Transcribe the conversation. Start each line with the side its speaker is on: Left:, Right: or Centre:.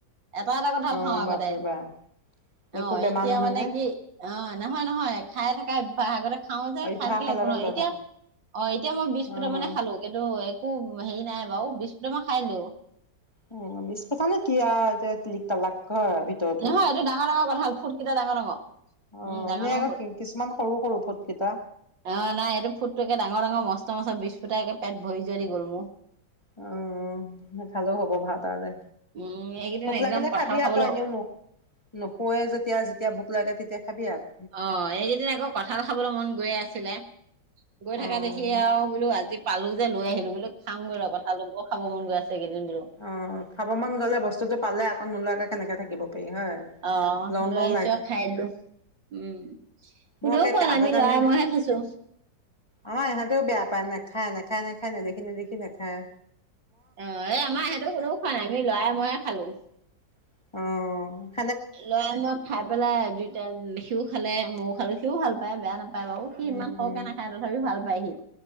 Right: এটা এটা কঠাল
Left: অ'
Right: খাওঁ আগতে
Left: বাপৰে বাপ
Right: আহ
Left: একো বেমাৰ
Right: এতিয়া
Left: নহয়
Right: মানে
Left: নে?
Right: কি অ নহয় নহয় খাইে থকাই বহাগৰ খাও যে
Left: অভ্যাসৰ
Right: খাই থাকিলে একো
Left: লগত
Right: নহয়
Left: কথা
Right: এতিয়া অ এতিয়া মই বিশ ফুটৰ
Left: অ'।
Right: মানে খালো কিন্তু একো হেৰি নাই বাৰু বিস ফুটামা নকৰো খাইলো।
Left: উ বিছ পথা নে কি এতি লিক তালাক হয় ভিতৰতো
Right: নহয় এইটো ডাঙৰ ডাঙৰ কথা হ'ল ফুট কেইটা ডাঙৰ ডাঙৰ উম
Left: অ'
Right: ডাঙৰ
Left: এনেই
Right: ডাঙৰ
Left: আকৌ
Right: ফুট
Left: কিছুমান সৰু সৰু ফুটকেইটা।
Right: অ নাই এইটো ফুটটো একে ডাঙৰ ডাঙৰ মস্ত। ম বিছ ফুট একে পেট ভৰি জি গ'ল মোৰ।
Left: উম নাখালেও হব ভাত ত দে,
Right: উম এইকেইদিন
Left: ভোক
Right: একদম
Left: লাগনে
Right: কঁঠাল
Left: খাবিহ
Right: খাবলৈ
Left: তই এনেও নুখ নুখোৱে যেতিয়া ভোক লাগে তেতিয়া। খাবি আৰু।
Right: অঁ এইকেইদিন আকৌ কঁঠাল খাবলৈ মন গৈয় আছিলে। গৈ
Left: অ'
Right: থকা দেখি আৰু বোলো আজি। পালো যে লৈ আহিলো ব বুলি খাওঁগৈ ৰ কথাালোক খাব মন গৈ আছে। এইকেইদিন বোলো
Left: অঁ খাব মন গ'লে বস্তুতটো পালে আকৌ নোলোৱাকে। কেনেকে থাকিব। পাৰি হয়।
Right: অঁ
Left: লওঁ
Right: লৈ
Left: লওঁ
Right: আহিছো আৰু খাই লো উম। কোনেও
Left: মোক একে
Right: খোৱা নাই
Left: আগতে
Right: লৰাই
Left: আমি
Right: মইহে খাইছো
Left: অ ইহঁতেও বেয়া পায় নাখায় নেখায়। খাই না খায় না দেখি না দেখি না খায়।
Right: অঁ এই আমাৰ সিহটো কোননেো খোৱা নাই আমি লৰাই মইহে খালো।
Left: অঁ।
Right: লৰা মাক খাই পেলাই দুইটা সিও খালে মইও। আৰু সিও ভাল পায় বেয়া নাপায়। পাই বাৰু সি
Left: উম
Right: ইমান সৰহে নাখায় তথাপি ভাল পায় সি।